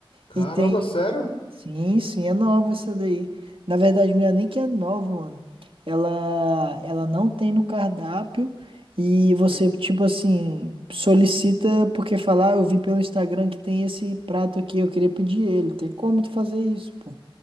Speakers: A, on the left; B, on the right.
A: Caramba,
B: e tem,
A: sério?
B: sim, sim, é nova essa daí. Na verdade, não é nem que é nova, mano. Ela, ela não tem no cardápio e você,
A: Tem-
B: tipo assim, solicita porque falar, ah, eu vi pelo Instagram que tem esse prato aqui, eu queria pedir ele. Tem como tu fazer isso, pô?